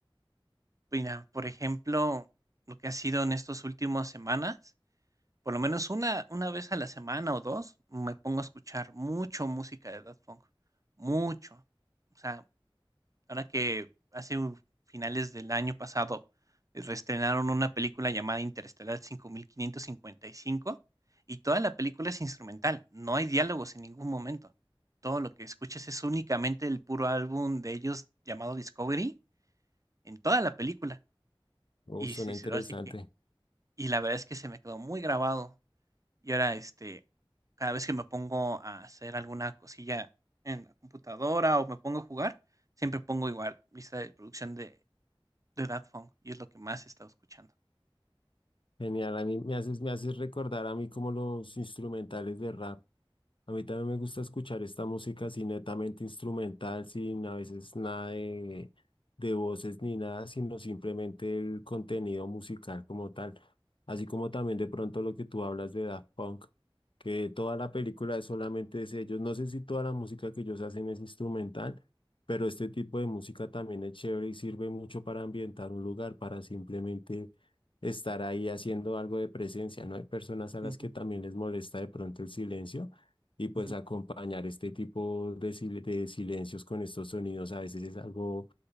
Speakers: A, on the right; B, on the left.
A: Mira, por ejemplo, lo que ha sido en estos últimos semanas, por lo menos una una vez a la semana o 2, me pongo a escuchar mucho música de Daft Punk, mucho. O sea, ahora que hace u finales del año pasado, eh, reestrenaron una película llamada Interestelar cinco mil quinientos cincuenta y cinco y toda la película es instrumental, no hay diálogos en ningún momento. Todo lo que escuchas es únicamente el puro álbum de ellos llamado Discovery en toda la película.
B: Oh,
A: Y
B: suena
A: sí,
B: interesante.
A: sí, así que y la verdad es que se me quedó muy grabado. Y ahora, este, cada vez que me pongo a hacer alguna cosilla en la computadora o me pongo a jugar, siempre pongo igual lista de producción de, de Daft Punk y es lo que más he estado escuchando.
B: Genial. A mí me haces, me haces recordar a mí como los instrumentales de rap. A mí también me gusta escuchar esta música así netamente instrumental, sin a veces nada de, de voces ni nada, sino simplemente el contenido musical como tal. Así como también de pronto lo que tú hablas de Daft Punk, que toda la película es solamente de ellos. No sé si toda la música que ellos hacen es instrumental, pero este tipo de música también es chévere y sirve mucho para ambientar un lugar, para simplemente estar ahí haciendo algo de presencia, ¿no? Hay personas a
A: Ujú,
B: las que también les molesta de pronto el silencio y pues
A: ujú.
B: acompañar este tipo de, sil- de silencios con estos sonidos a veces es algo